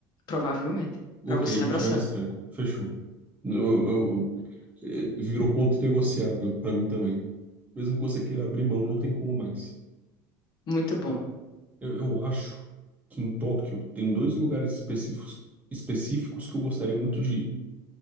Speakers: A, on the left; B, on the right.
A: Provavelmente.
B: Ok,
A: Pra você
B: a gente
A: abraçar.
B: vai nesse treco. Fechou. Eu- eu- eu- é, virou ponto negociável pra mim também. Mesmo que você queira abrir mão, não tem como mais.
A: Muito bom.
B: Tá. Eu, eu acho que em Tóquio tem dois lugares específicos, específicos que eu gostaria muito de ir.